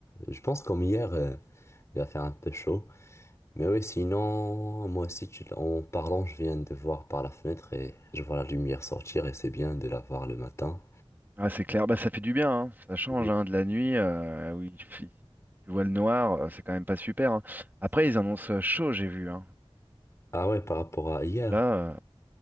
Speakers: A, on the left; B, on the right.
A: je pense comme hier, euh, il va faire un peu chaud. Mais oui, sinon, moi aussi, tu- en parlant, je viens de voir par la fenêtre et je vois la lumière sortir et c'est bien de la voir le matin.
B: ah, c'est clair, bah, ça fait du bien, hein. Ça change,
A: Mhm.
B: hein, de la nuit, euh, où il fait- tu vois le noir, euh, c'est quand même pas super, hein. Après, ils annoncent euh, chaud, j'ai vu, hein.
A: Ah ouais, par rapport à hier.
B: Là, euh,